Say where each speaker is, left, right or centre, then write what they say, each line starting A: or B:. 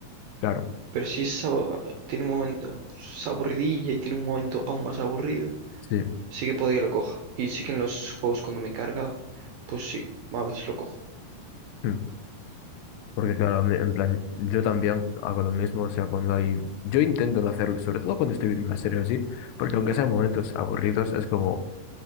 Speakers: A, on the left; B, on the right.
A: Claro,
B: Pero si es, abo- tiene un momento es aburridilla y tiene un momento aún más aburrido,
A: sí.
B: sí que puede que lo coja. Y sí que en los juegos cuando me carga, pues sí, a veces lo cojo.
A: Mm. Porque claro, a mí, en plan, yo también hago lo mismo, o sea, cuando hay, yo intento no hacerlo, sobre todo cuando estoy viendo una serie o así, porque aunque sean momentos aburridos, es como